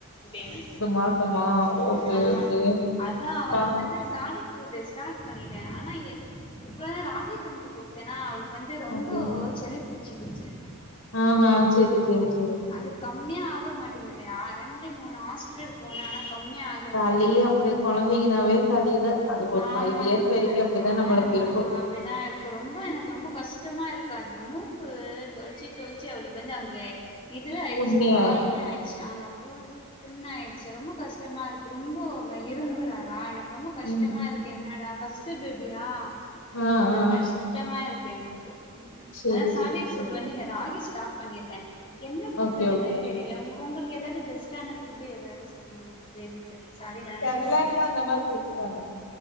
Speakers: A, on the left (about 25°); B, on the left (about 70°).
A: பேபி
B: மாசமா
A: ம்
B: ஓகே
A: ஆமா
B: ஓகே
A: அதா அவளுக்கு
B: பா
A: வந்து சாலிட் புட் ஸார்ட் பண்ணிட்டே ஆனா எ இப்ப ராகி கஞ்சி குடுத்தேன்னா அவளுக்கு வந்து ரொம்போ
B: ஓகே
A: சளி ச்சிக்குச்சு
B: ஆஹா செரி செரி செரி
A: அதுக் கம்மியா ஆக மாட்டேங்குது அ ரெண்டு மூணு ஹாஸ்பிட்டல் போன ஆனா கம்மியா ஆ
B: சளி அப்டி கொழந்தைங்கனாவே சளிதா அது ஒரு ஃபைவ்
A: ஆமா
B: இயர்ஸ் வரைக்கு அப்டிதா நம்மளுக்கு
A: ஆமா
B: இருக்கு
A: அப்டிதா இருக்கு ரொம்ப எனக்கு ரொம்ப கஷ்டமா இருக்கு அந்த மூக் கு தொளிச்சி தொளிச்சி அவளுக்கு வந்து அங்கே இதுவே ஆயிச்சு
B: புண்ணிய
A: காயமே ஆயிச்சு ஆமா பூ புண்ணாயிடுச்சு ரொம்ப கஷ் கஷ்டமா இருக்கு ரொம்போ அவ இரும்புறாளா எனக்கு ரொம்போ கஷ்டமாருக்கு
B: ம்
A: என்னடா ஃபர்ஸ்ட்டு பேபியா
B: ஆ
A: அதா
B: ஆ
A: கஷ்டமாருக்கு எனக்கு
B: செரி
A: அதா சாலிட்
B: செரி செரி
A: ஃபுட் வந்து இந்த ராகி ஸ்டாப் பண்ணிட்டே என்ன குடுக்குறதுன்னே
B: ஓகே ஓகே
A: தெரில உங் உங்களுக்கு எதாவது பெஸ் ட்டான ஃபுட்டு எதாது சொல்லுங்களே பேபிக்கு சாலிடான
B: செர்லாக்
A: ஃபுட்டு
B: அந்த மாரி குடுத்து பாருங்க